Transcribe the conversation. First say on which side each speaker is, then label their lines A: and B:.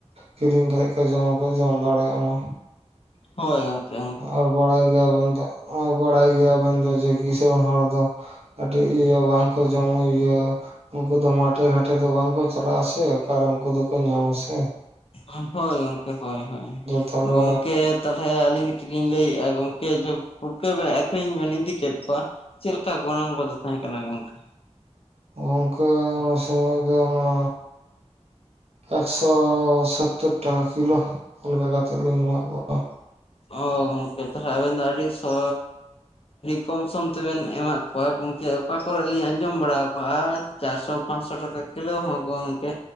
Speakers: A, on the right; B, on the left.
A: ᱠᱤᱨᱤᱧ ᱠᱟᱛᱮ ᱠᱚ ᱡᱮᱢᱚᱱ ᱠᱚ ᱡᱚᱢ ᱫᱟᱲᱮᱭᱟᱜ ᱢᱟ᱾
B: ᱦᱳᱭ ᱜᱚᱢᱠᱮ᱾
A: ᱟᱨ ᱵᱟᱲᱟᱭ ᱜᱮᱭᱟᱵᱮᱱ ᱫᱚ ᱵᱟᱲᱟᱭ ᱜᱮᱭᱟᱵᱮᱱ ᱫᱚ ᱡᱮ ᱠᱤᱥᱟ. ᱬ ᱦᱚᱲ ᱫᱚ ᱠᱟᱹᱴᱤᱡ ᱵᱟᱠᱚ ᱡᱚᱢ ᱧᱩ ᱤᱭᱟᱹ ᱩᱱᱠᱩ ᱫᱚ ᱢᱟᱴᱮ ᱜᱷᱟᱴᱮ ᱫᱚ ᱵᱟᱝᱠᱚ ᱪᱟᱞᱟᱜ ᱟᱥᱮ ᱚᱠᱟᱨᱮ ᱩᱱᱠᱩ ᱫᱚᱠᱚ ᱧᱟᱢ ᱟᱥᱮ
B: ᱟᱨ ᱦᱳᱭ ᱜᱚᱢᱠᱮ ᱦᱳᱭ ᱦᱳᱭ
A: ᱛᱟᱦᱚᱞᱮ
B: ᱜᱚᱢᱠᱮ ᱛᱟᱦᱚᱞᱮ ᱟᱹᱞᱤᱧ ᱠᱟᱹᱴᱤᱡ ᱞᱤᱧ ᱞᱟᱹᱭᱮᱫᱼᱟ, ᱜᱚᱝᱠᱮ ᱡᱮ ᱯᱩᱴᱠᱟᱹ ᱵᱮᱱ ᱟᱹᱠᱷᱨᱤᱧ ᱵᱮᱱ ᱤᱫᱤ ᱠᱮᱫ ᱠᱚᱣᱟ ᱪᱮᱫ ᱞᱮᱠᱟ ᱜᱚᱱᱚᱝ ᱠᱚᱫᱚ ᱛᱟᱦᱮᱸ ᱠᱟᱱᱟ ᱜᱚᱝᱠᱮ?
A: ᱜᱚᱝᱠᱮ ᱥᱚᱢᱚᱭ ᱫᱚ ᱚᱱᱟ ᱮᱠᱥᱳ ᱥᱳᱛᱛᱳᱨ ᱴᱟᱠᱟ ᱠᱤᱞᱳ᱾ ᱚᱱᱠᱟ ᱠᱟᱛᱮᱫ ᱞᱤᱧ ᱮᱢᱟ ᱠᱚᱣᱟ᱾
B: ᱚ ᱜᱚᱢᱠᱮ ᱛᱚ ᱟᱵᱮᱱ ᱫᱚ, ᱟᱹᱰᱤ ᱥᱚᱻ ᱠᱚᱢ ᱥᱚᱢ ᱛᱮᱵᱮᱱ ᱮᱢᱟᱫ ᱠᱚᱣᱟ ᱜᱚᱢᱠᱮ, ᱚᱠᱟ ᱠᱚᱨᱮ ᱞᱤᱧ ᱟᱸᱡᱚᱢ ᱡᱚᱢ ᱵᱟᱲᱟ ᱠᱚᱜᱼᱟ ᱪᱟᱨᱥᱚ ᱯᱟᱸᱪᱥᱚ ᱴᱟᱠᱟ ᱠᱤᱞᱳ ᱦᱚᱸ ᱜᱚᱢᱠᱮ᱾